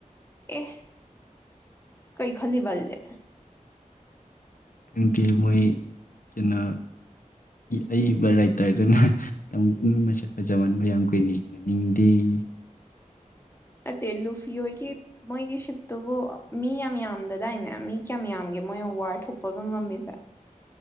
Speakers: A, on the left (about 15°); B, on the left (about 85°).
A: ꯑꯦ ꯀꯩ ꯈꯜꯂꯤꯕ ꯑꯗꯨꯗꯤ
B: <unintelligible> ꯃꯣꯏ ꯀꯩꯅꯣ ꯑꯌꯤꯕ ꯔꯥꯏꯇꯔꯗꯨꯅ ꯃꯤ ꯃꯁꯛ ꯐꯥꯖꯥ ꯃꯟꯕꯟ ꯌꯥꯝ ꯀꯨꯏꯅ ꯍꯤꯡꯗꯦꯌꯦ
A: ꯅꯠꯇꯦ ꯂꯨꯐꯤ ꯍꯣꯏꯒꯤ ꯃꯣꯏꯒꯤ ꯁꯤꯄꯇꯨꯕꯨ ꯃꯤ ꯌꯥꯝ ꯌꯥꯝꯗꯥꯗꯥꯏꯅꯦ ꯃꯤ ꯀꯌꯥꯝ ꯌꯥꯝꯒꯦ ꯃꯣꯏꯅ ꯋꯥꯔ ꯊꯣꯛꯄꯒ ꯉꯝꯃꯤꯁꯦ